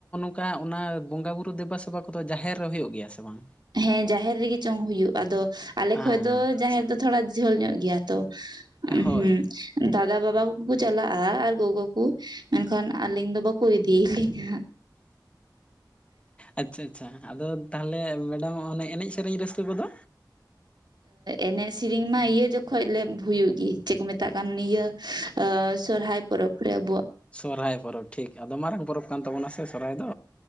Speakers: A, on the left (about 15°); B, on the right (about 70°).
A: ᱚᱱᱠᱟ ᱚᱱᱟ ᱵᱚᱸᱜᱟ ᱵᱩᱨᱩ ᱫᱮᱵᱟ ᱥᱮᱵᱟ ᱠᱚᱫᱚ ᱡᱟᱦᱮᱨ ᱨᱮ ᱦᱩᱭᱩᱜ ᱜᱮᱭᱟ ᱥᱮ ᱵᱟᱝ?
B: ᱦᱮᱸ ᱡᱟᱦᱮᱨ ᱨᱮᱜᱮ ᱪᱚᱝ ᱦᱩᱭᱩᱜ ᱟᱫᱚ ᱟᱞᱮ
A: ᱟᱪᱪᱷᱟ
B: ᱠᱷᱚᱡ ᱫᱚ ᱡᱟᱦᱮᱨ ᱫᱚ ᱛᱷᱚᱲᱟ ᱡᱷᱟᱹᱞ ᱧᱚᱜ ᱜᱮᱭᱟ ᱛᱚ
A: ᱦᱳᱭ
B: ᱦᱩᱸ ᱫᱟᱫᱟ ᱵᱟᱵᱟ ᱠᱚᱠᱚ ᱪᱟᱞᱟᱜᱼᱟ ᱟᱨ ᱜᱚᱜᱚ ᱠᱚ ᱢᱮᱱᱠᱷᱟᱱ ᱟᱹᱞᱤᱧ ᱫᱚ ᱵᱟᱠᱚ ᱤᱫᱤ ᱞᱤᱧᱟ,
A: ᱟᱪᱪᱷᱟ, ᱟᱪᱪᱷᱟ, ᱟᱫᱚ ᱛᱟᱦᱚᱞᱮ ᱢᱮᱰᱟᱢ ᱚᱱᱮ ᱮᱱᱮᱡ ᱥᱮᱨᱮᱧ ᱨᱟᱹᱥᱠᱟᱹ ᱠᱚᱫᱚ?
B: ᱮᱱᱮᱡ ᱥᱮᱨᱤᱧ ᱢᱟ ᱤᱭᱟᱹ ᱡᱚᱠᱷᱚᱱ ᱞᱮ ᱦᱩᱭᱩᱜ ᱜᱮ ᱪᱮᱫ ᱠᱚ ᱢᱮᱛᱟᱜ ᱠᱟᱱ ᱱᱤᱭᱟᱹ ᱥᱚᱨᱦᱟᱭ ᱯᱚᱨᱚᱵ ᱨᱮ ᱟᱵᱚᱣᱟᱜ,
A: ᱥᱚᱨᱚᱦᱟᱭ ᱯᱚᱨᱚᱵᱽ ᱴᱷᱤᱠ ᱟᱫᱚ ᱢᱟᱨᱟᱝ ᱯᱚᱨᱚᱵᱽ ᱠᱟᱱ ᱛᱟᱵᱚᱱᱟ ᱥᱮ ᱥᱚᱨᱦᱟᱭ ᱫᱚ᱾